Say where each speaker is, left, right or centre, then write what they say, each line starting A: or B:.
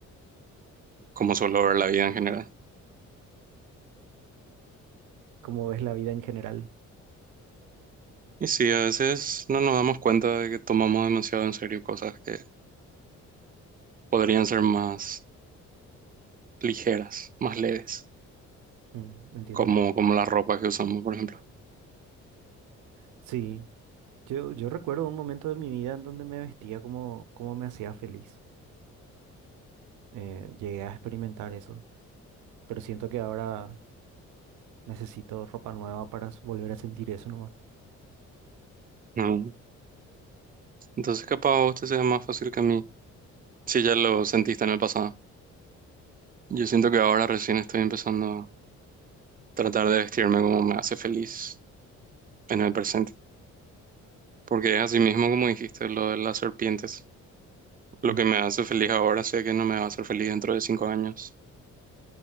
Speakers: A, on the right (about 30°); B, on the right (about 85°).
A: como suelo ver la vida en general.
B: Cómo ves la vida en general.
A: Y sí, a veces no nos damos cuenta de que tomamos demasiado en serio cosas que podrían ser más ligeras, más leves,
B: Mm, entiendo.
A: como, como la ropa que usamos, por ejemplo.
B: Sí, yo, yo recuerdo un momento de mi vida en donde me vestía como, como me hacía feliz. Eh, llegué a experimentar eso. Pero siento que ahora necesito ropa nueva para s- volver a sentir eso
A: Ujú. Entonces capaz a usted sea más fácil que a mí, si ya lo sentiste en el pasado. Yo siento que ahora recién estoy empezando tratar de vestirme como me hace feliz en el presente. Porque es así mismo como dijiste lo de las serpientes. Lo
B: Mm,
A: que me hace feliz ahora sé que no me va a hacer feliz dentro de cinco años,